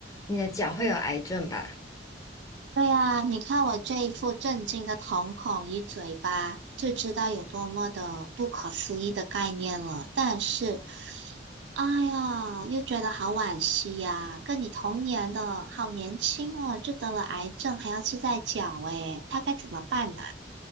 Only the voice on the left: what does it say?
你的脚会有癌症吧？